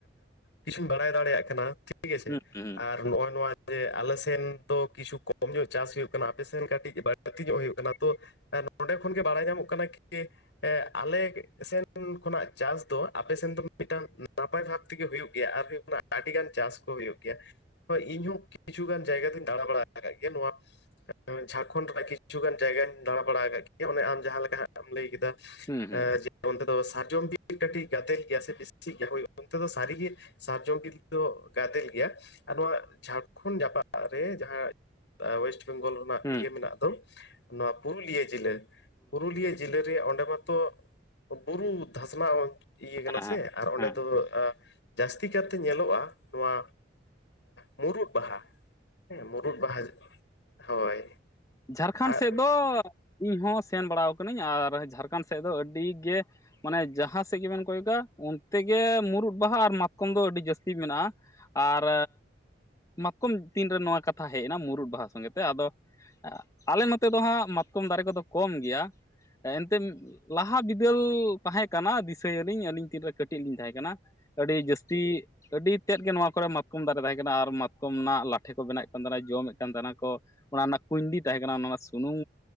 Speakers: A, on the left; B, on the left.
A: ᱠᱤᱪᱷᱩᱧ ᱵᱟᱲᱟᱭ ᱫᱟᱲᱮᱭᱟᱜ ᱠᱟᱱᱟ᱾ ᱴᱷᱤᱠ ᱟᱪᱷᱮ
B: ᱦᱩᱸ ᱦᱩᱸ
A: ᱟᱨ ᱱᱚᱜ-ᱚᱭ ᱱᱚᱣᱟ, ᱡᱮ ᱟᱞᱮ ᱥᱮᱱ ᱫᱚ ᱠᱤᱪᱷᱩ ᱠᱚᱢ ᱧᱚᱜ ᱪᱟᱥ ᱦᱩᱭᱩᱜ ᱠᱟᱱᱟ ᱟᱯᱮ ᱥᱮᱱ ᱠᱟᱹᱴᱤᱡ ᱵᱟᱹᱲᱛᱤ ᱧᱚᱜ ᱦᱩᱭᱩᱜ ᱠᱟᱱᱟ ᱛᱚ, ᱱᱚᱸᱰᱮ ᱠᱷᱚᱱᱜᱮ ᱵᱟᱲᱟᱭ ᱧᱟᱢᱚᱜ ᱠᱟᱱᱟ ᱠᱤ, ᱟᱞᱮ ᱥᱮᱱ ᱠᱷᱚᱱᱟᱜ ᱪᱟᱥ ᱫᱚ ᱟᱯᱮ ᱥᱮᱱ ᱫᱚ ᱢᱤᱫᱴᱟᱝ ᱱᱟᱯᱟᱭ ᱵᱷᱟᱵ ᱛᱮᱜᱮ ᱦᱩᱭᱩᱜ ᱜᱮᱭᱟ ᱟᱨ ᱦᱩᱭᱩᱜ, ᱟᱹᱰᱤᱜᱟᱱ ᱪᱟᱥ ᱠᱚ ᱦᱩᱭᱩᱜ ᱜᱮᱭᱟ᱾ ᱦᱳ ᱤᱧᱦᱚᱸ ᱠᱤᱪᱷᱩᱜᱟᱱ ᱡᱟᱭᱜᱟ ᱫᱩᱧ ᱫᱟᱬᱟ ᱵᱟᱲᱟ ᱟᱠᱟᱫ ᱜᱮᱭᱟ ᱱᱚᱣᱟ, <unintelligible> ᱡᱷᱟᱨᱠᱷᱚᱱᱰ ᱨᱮᱭᱟᱜ ᱠᱤᱪᱷᱩᱜᱟᱱ ᱡᱟᱭᱜᱟᱹᱧ ᱫᱟᱸᱬᱟ ᱵᱟᱲᱟ ᱟᱠᱟᱫ ᱜᱮᱭᱟ ᱾ ᱟᱢ ᱡᱟᱸᱦᱟ ᱞᱮᱠᱟ ᱮᱢ ᱞᱟᱹᱭ ᱠᱮᱫᱟ
B: ᱦᱩᱸ ᱦᱩᱸ
A: ᱡᱮ ᱚᱱᱛᱮ ᱫᱚ ᱥᱟᱨᱡᱚᱢ ᱵᱤᱨ ᱠᱟᱹᱴᱤᱡ ᱜᱟᱫᱮᱞ ᱜᱮᱭᱟ ᱥᱮ ᱵᱮᱥᱤ ᱜᱮᱭᱟ ᱚᱱᱛᱮ ᱫᱚ ᱥᱟᱹᱨᱤᱜᱮ ᱥᱟᱨᱡᱚᱢ ᱵᱤᱞ ᱫᱚ ᱜᱟᱫᱮᱞ ᱜᱮᱭᱟ ᱟᱨ ᱱᱚᱣᱟ ᱡᱷᱟᱲᱠᱷᱚᱸᱰ ᱡᱟᱯᱟᱜ ᱨᱮ ᱡᱟᱸᱦᱟ ᱳᱭᱮᱥᱴ ᱵᱮᱝᱜᱚᱞ
B: ᱦᱩᱸ
A: ᱤᱭᱟᱹ ᱢᱮᱱᱟᱜ ᱫᱚ ᱱᱚᱣᱟ ᱯᱩᱨᱩᱞᱤᱭᱟᱹ ᱡᱮᱞᱟᱹ ᱾ ᱯᱩᱨᱩᱞᱤᱭᱟᱹ ᱡᱮᱞᱟᱹᱨᱮ ᱚᱸᱰᱮ ᱢᱟᱛᱚ ᱵᱩᱨᱩ ᱫᱷᱟᱥᱱᱟ ᱤᱭᱟᱹ ᱠᱟᱱᱟ
B: ᱦᱮᱸ ᱦᱮᱸ
A: ᱥᱮ ᱟᱨ ᱚᱸᱰᱮ
B: ᱦᱮᱸ
A: ᱫᱚ ᱡᱟᱹᱥᱛᱤ ᱠᱟᱨᱛᱮ ᱧᱮᱞᱚᱜ-ᱟ᱾ ᱱᱚᱣᱟ ᱢᱩᱨᱩᱫ ᱵᱟᱦᱟ ᱦᱮᱸ ᱢᱩᱨᱩᱫ ᱵᱟᱦᱟ ᱦᱳᱭ
B: ᱡᱷᱟᱲᱠᱷᱚᱸᱰ
A: ᱟᱨ
B: ᱥᱮᱫ ᱫᱚ ᱤᱧᱦᱚᱸ ᱥᱮᱱ ᱵᱟᱲᱟᱣ ᱠᱟᱹᱱᱟᱹᱧ ᱟᱨ ᱡᱷᱟᱲᱠᱷᱚᱸᱰ ᱥᱮᱫ ᱫᱚ ᱟᱹᱰᱤᱜᱮ ᱢᱟᱱᱮ ᱡᱟᱸᱦᱟ ᱥᱮᱫ ᱜᱮᱵᱮᱱ ᱠᱚᱭᱚᱜᱟ ᱚᱱᱛᱮ ᱜᱮ ᱢᱩᱨᱩᱫ ᱵᱟᱦᱟ ᱟᱨ ᱢᱟᱛᱠᱚᱢ ᱫᱚ ᱟᱹᱰᱤ ᱡᱟᱹᱥᱛᱤ ᱢᱮᱱᱟᱜᱼᱟ ᱾ ᱟᱨ ᱢᱟᱛᱠᱚᱢ ᱛᱤᱱᱨᱮ ᱱᱚᱣᱟ ᱠᱟᱛᱷᱟ ᱦᱮᱡ ᱮᱱᱟ ᱢᱩᱨᱩᱫ ᱵᱟᱦᱟ ᱥᱚᱸᱜᱮ ᱛᱮ ᱟᱫᱚ ᱟᱞᱮ ᱱᱚᱛᱮ ᱫᱚ ᱦᱟᱜ ᱢᱟᱛᱠᱚᱢ ᱫᱟᱨᱮ ᱠᱚᱫᱚ ᱠᱚᱢ ᱜᱮᱭᱟ᱾ ᱮᱱᱛᱮᱫ ᱞᱟᱦᱟ ᱵᱤᱫᱟᱹᱞ ᱛᱟᱸᱦᱮ ᱠᱟᱱᱟ ᱫᱤᱥᱟᱹ ᱭᱟᱹᱞᱤᱧ ᱟᱹᱞᱤᱧ ᱛᱤᱱᱨᱮ ᱠᱟᱹᱴᱤᱡ ᱞᱤᱧ ᱛᱟᱸᱦᱮ ᱠᱟᱱᱟ ᱾ ᱟᱹᱰᱤ ᱡᱟᱹᱥᱛᱤ ᱾ ᱟᱹᱰᱤ ᱛᱮᱫ ᱜᱮ ᱱᱚᱣᱟ ᱠᱚᱨᱮ ᱢᱟᱛᱠᱚᱢ ᱫᱟᱨᱮ ᱛᱟᱸᱦᱮ ᱠᱟᱱᱟ ᱟᱨ ᱢᱟᱛᱠᱚᱢ ᱨᱮᱱᱟᱜ ᱞᱟᱴᱷᱮ ᱠᱚ ᱵᱮᱱᱟᱣ ᱭᱮᱫ ᱠᱟᱱ ᱛᱟᱸᱦᱮᱱᱟ ᱡᱚᱢᱮᱫ ᱠᱟᱱ ᱛᱟᱸᱦᱮᱱᱟ ᱠᱚ ᱾ ᱚᱱᱟ ᱨᱮᱱᱟᱜ ᱠᱩᱭᱰᱤ ᱛᱟᱸᱦᱮ ᱠᱟᱱᱟ ᱚᱱᱟ ᱨᱮᱱᱟᱜ ᱥᱩᱱᱩᱢ